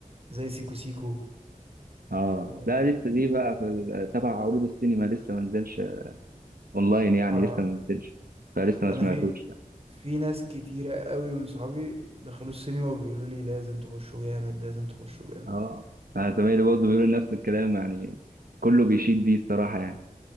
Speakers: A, on the right; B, on the right.
A: زي سيكو سيكو
B: اه
A: و...
B: لا لسه دي بقى في ال- تبع عروض السينما لسه ما نزلش اونلاين يعني
A: آه
B: لسه ما نزلش فلسه ما
A: انا
B: سمعتوش
A: في في ناس كتيرة قوي من صحابي دخلوا السينما وبيقولوا لي لازم تخشوا جامد لازم تخشوا جامد
B: اه انا زمايلي برضه بيقولوا نفس الكلام يعني كله بيشيد بيه الصراحه يعني